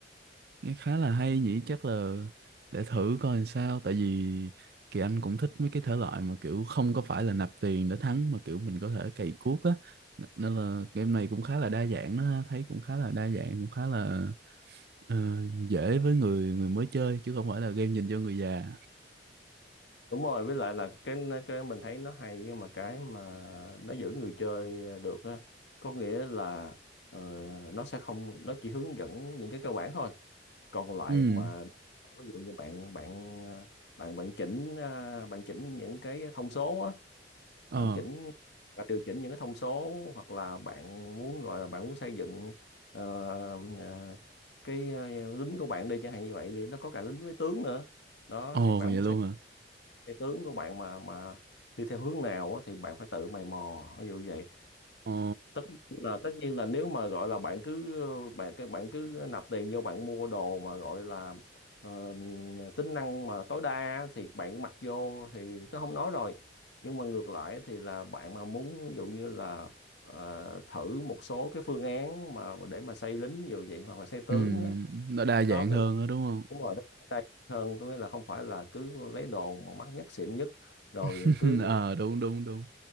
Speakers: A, on the right; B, on the left.
A: nghe khá là hay nhỉ, chắc là để thử coi làm sao tại vì Kỳ Anh cũng thích mấy cái thể loại mà kiểu không có phải là nạp tiền để thắng mà kiểu mình có thể cày cuốc á. N- Nên là game này cũng khá là đa dạng đó ha, thấy cũng khá là đa dạng, cũng khá là ờ, dễ với người người mới chơi chứ không phải là game dành cho người già.
B: đúng rồi với lại là cái cái mình thấy nó hay nhưng mà cái mà nó giữ người chơi được á có nghĩa là ờ, nó sẽ không nó chỉ hướng dẫn những cái cơ bản thôi còn lại
A: Ừ,
B: mà ví dụ như bạn bạn à, bạn bạn chỉnh à, bạn chỉnh những cái thông số á
A: ờ,
B: bạn chỉnh bạn điều chỉnh những cái thông số hoặc là bạn muốn gọi là bạn muốn xây dựng ờ, ờ, cái ờ, lính của bạn đi chẳng hạn như vậy thì nó có cả lính với tướng nữa đó
A: ồ
B: thì bạn
A: vậy luôn
B: muốn xây
A: hả?
B: cái tướng của bạn mà mà đi theo hướng nào á, thì bạn phải tự mày mò ví dụ vậy
A: Ồ,
B: tất là tất nhiên là nếu mà gọi là bạn cứ bạn các bạn cứ nạp tiền vô bạn mua đồ mà gọi là ờ, tính năng mà tối đa á, thì bạn cứ mặc vô thì nó không nói rồi nhưng mà ngược lại thì là bạn mà muốn ví dụ như là ờ, thử một số cái phương án mà để mà xây lính ví dụ vậy hoặc là xây tướng
A: ừ,
B: á
A: nó đa dạng
B: đó mới
A: hơn đó đúng không?
B: đúng rồi nó đây hơn có nghĩa là không phải là cứ lấy đồ mà mắc nhất xịn nhất rồi
A: <laughs>
B: cứ
A: ờ đúng đúng đúng.